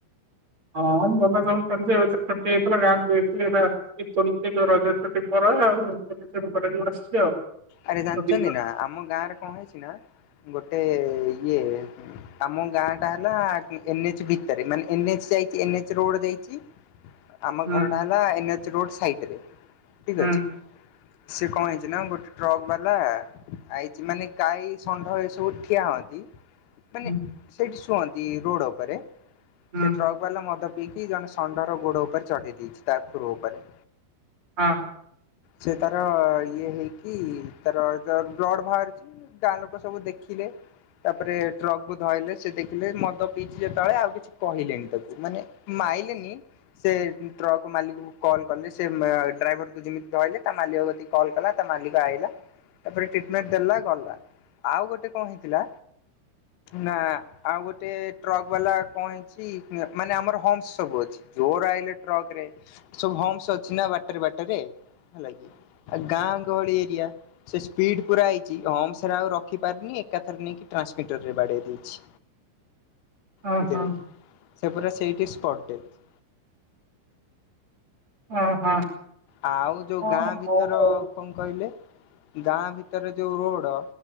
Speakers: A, on the right; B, on the left.
A: ହଁ ଭଲ ସବୁ ଚାଲିଚି। ଏବେ ତ ଛୁଟି ହେଇଥିଲା ଗାଁକୁ ଯାଇଥିଲି ଏବେ ଆସିଚି। ରଜ ଛୁଟି ପରେ ଆଉ <unintelligible>
B: ଆରେ ଜାଣିଛନ୍ତି
A: ଦି ମାସ
B: ନା ଆମ ଗାଁ ରେ କଣ ହେଇଛି ନା ଗୋଟେ ଇଏ ଆମ ଗାଁ ଟା ହେଲା ଏନଏଚ୍ ଭିତରେ ମାନେ ଏନ୍ ଏଚ ଯାଇଛି ଏନ ଏଚ ରୋଡ୍ ଯାଇଛି। ହ ଆମ
A: ହୁଁ
B: ଘରଟା ହେଲା ଏନ୍ଏଚ୍ ରୋଡ ସାଇଟ ରେ ଠିକ୍
A: ହୁଁ
B: ଅଛି। ସେ କଣ ହେଇଛି ଗୋଟେ ଟ୍ରକ୍ ବାଲା ଆଇଛି ମାନେ ଗାଈ ଷଣ୍ଢ ଏ ସବୁ ଠିଆ ହୁଅନ୍ତି। ମାନେ
A: ହୁଁ
B: ସେଇଠି ଶୁଅନ୍ତି ରୋଡ଼ ଉପରେ
A: ହୁଁ
B: ସେ ଟ୍ରକ୍ କଣନା ମଦ ପିଇକି ଜଣେ ଷଣ୍ଢର ଗୋଡ ଉପରେ ଚଢେଇ ଦେଇଛି ତାଖୁର ଉପରେ।
A: ହଁ।
B: ସେ ତାର ଇଏ ହେଇକି ତାର ଯୋଉ ବ୍ଲଡ ବାହାରୁଛି ଗାଁ ଲୋକ ସବୁ ଦେଖିଲେ। ତାପରେ ଟ୍ରକକୁୁ ଧଇଲେ ସେ ଦେଖିଲେ ମଦ ପିଇଚି ଯେତେବେଳେ ଆଉ କିଛି କହିଲେନି ତାକୁ। ମାନେ ମାଇଲେନି। ସେ ଟ୍ରକ୍ ମାଲିକକୁ କଲ୍ କଲେ। ସେ ଡ୍ରାଇଭରକୁ ଯେମିତି ଧଇଲେ ତା ମାଲିକ କତିକି କଲ୍ କଲା ତା ମାଲିକ ଆଇଲା। ତାପରେ ଟ୍ରିଟମେଣ୍ଟ ଦେଲା ଗଲା। ଆଉ ଗୋଟେ କଣ ହେଇଥିଲା ନା ଆଉ ଗୋଟେ ଟ୍ରକ୍ ବାଲା କଣ ହେଇଛି ମାନେ ଆମର ହମ୍ପସ୍ ସବୁ ଅଛି। ଜୋରରେ ଆଇଲେ ଟ୍ରକ ରେ ସବୁ ହମ୍ସ ଅଛି ନା ବାଟରେ ବାଟରେ ହେଲା କି। ଗାଁ ଗହଳି ଏରିଆ। ସେ ସ୍ପିଡ ପୁରା ଆଇଛି ହମ୍ସ ରେ ଆଉ ରଖିପାରିନି ଏକାଥରେ ନେଇକି ଟ୍ରାନ୍ସମିଟରରେ ବାଡ଼େଇ ଦେଇଛି।
A: ହଁ
B: ବୁଝିଲେ
A: ହୁଁ
B: କିି। ସେ ପୁରା ସେଇଠି ସ୍ପଟ ଡ଼େଥ୍।
A: ଅ ହଁ।
B: ଆଉ ଯୋଉ
A: ହଁ
B: ଗାଁ ଭିତର
A: ହଁ ହଁ ହଉ
B: କଣ କହିଲେ ଗାଁ ଭିତରେ ଯୋଉ ରୋଡ